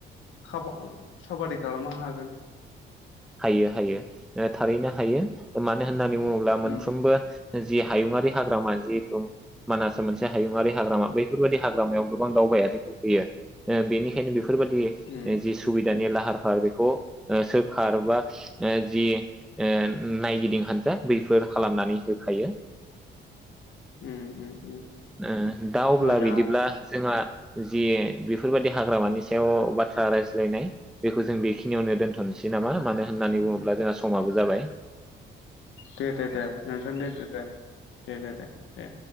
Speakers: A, on the left (about 75°); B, in the centre.
A: खाबु साबादि खालामनो हागोन।
B: हायो हायो ओ थारैनो हायो मानो होन नानै बुङोब्ला मोनफ्रोमबो
A: उम
B: जि हायुङारि हाग्रामा जिहेथु मानास मोनसे हायुङारि हाग्रामा बैफोरबायदि हाग्रामायाव गोबां दावबायारिफोर फैयो ओ बेनिखायनो बेफो बेफोरबायदि
A: उम
B: ओ जि सुबिदानि ला आंहा बेखौ ओ सोब खारबा ओ जि ओ नायगिदिं हान्जा बैफोर खालामनानै होखायो।
A: उम उम उम।
B: ओ दा अब्ला
A: मोजाङानो
B: बिदिब्ला जोंहा जि बेफोरबायदि हाग्रामानि सायाव बाथ्रा रायज्लायनाय बेखौ जों बेखिनियावनो दोन्थ'नोसै नामा मानो होननानै बुङोब्ला जोंहा समाबो जाबाय।
A: दे दे दे नोंथां दे दे दे दे दे दे दे।